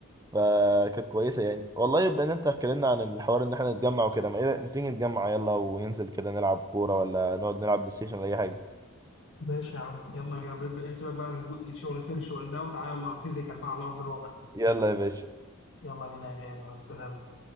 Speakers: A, on the right; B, on the left.
A: فكانت كويسه يعني والله بما ان انت اتكلمنا عن الحوار ان احنا نتجمع وكده ما ايه رأيك- ما تيجي نتجمع يلا وننزل كده نلعب كوره ولا نقعد نلعب بلاي ستيشن ولا اي حاجه
B: ماشي يا عم يلا بينا ب- ب- سيبك بقى من جو- شغل الفرش والده وتعالى يلا فيزيكال بقى على ارض الواقع
A: يلا يا باشا
B: يلا بينا يا غالي مع السلامه